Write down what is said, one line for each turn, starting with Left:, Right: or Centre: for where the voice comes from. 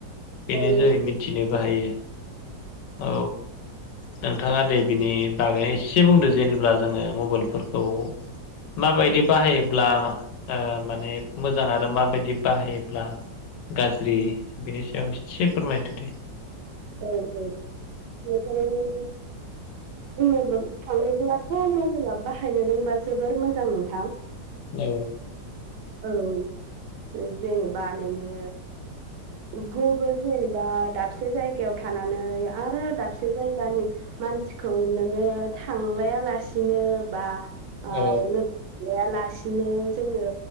Left: बेनि
Right: औ
Left: जोहै मिथिनोबो हायो औ नोंथाङा दे बिनि बागै एसे बुंदो जेनेब्ला जोङो मबाइलफोरखौ माबायदि बाहायोब्ला ओ माने मोजां आरो माबायदि बाहायोब्ला गाज्रि बेनि सायाव एसे फोरमायदो दे
Right: औ औ नोंथां बुंनो थाङोब्ला मबाइला बाहायनो रोंबा जोबोर मोजां नोंथां
Left: औ
Right: औ जेनेबा नोङो गुबाव जेनेबा दाबसे जाय गायाव थानानै आरो दाबसे जायगानि मानसिखौ नोङो थांलायालासिनो बा ओ
Left: औ
Right: लो हमलायालासिनो जोङो